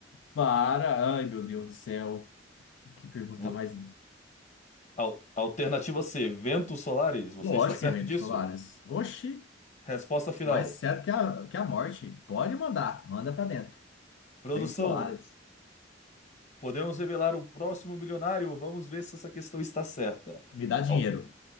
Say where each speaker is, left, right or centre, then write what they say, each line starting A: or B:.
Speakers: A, on the left; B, on the left.
A: para. Ai, meu Deus do céu. Que, que pergunta
B: Vo-
A: mais.
B: al- Alternativa C, ventos solares. Você
A: Lógico
B: está certo
A: que é ventos
B: disso?
A: solares. Oxi,
B: Resposta final.
A: mais certo que a, que a morte. Pode mandar, manda pra dentro.
B: Produção.
A: Ventos solares.
B: Podemos revelar o próximo bilionário? Vamos ver se essa questão está certa.
A: Me dá dinheiro.
B: Al-